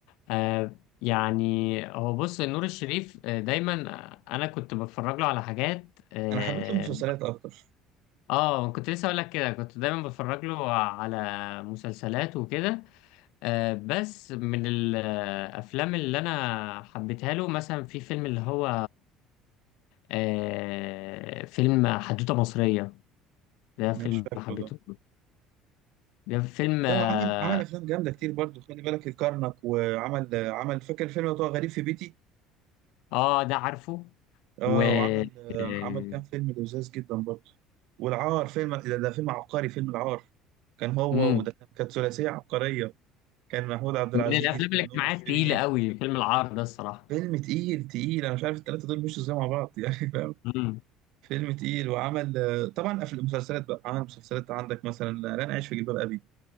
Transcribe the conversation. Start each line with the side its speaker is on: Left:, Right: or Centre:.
Left: آه يعني هو بص نور الشريف آه، دايما انا كنت بتفرج له على حاجات اه
Right: انا حبيت له مسلسلات اكتر
Left: آه، كنت لسه اقول لك كده كنت دايما بتفرج له على مسلسلات وكده آه بس من الافلام اللي انا حبيتها له مثلا في فيلم اللي هو آه فيلم حدوتة مصرية ده فيلم
Right: أنا مش فاكره
Left: حبيته
Right: ده
Left: ده فيلم اه
Right: لو عمل عمل افلام جامده كتير برضو خلي بالك الكرنك وعمل آه، عمل فاكر فيلم بتاع غريب في بيتي
Left: آه، ده عارفه
Right: اه
Left: و
Right: وعمل آه،
Left: آه،
Right: عمل كام فيلم لذاذ جدا برضو والعار فيلم ده, ده فيلم عبقري فيلم العار كان هو
Left: مم.
Right: وده كان- كانت ثلاثيه عبقريه كان محمود عبد
Left: من
Right: العزيز
Left: الافلام الاجتماعيه
Right: ونور الشريف
Left: التقيله قوي فيلم العار ده الصراحه
Right: فيلم تقيل تقيل انا مش عارف الثلاثه دول مشوا ازاي مع بعض يعني فاهم
Left: امم
Right: فيلم تقيل وعمل آه، طبعا في المسلسلات بقى عمل مسلسلات عندك مثلا لن أعيش في جلباب أبي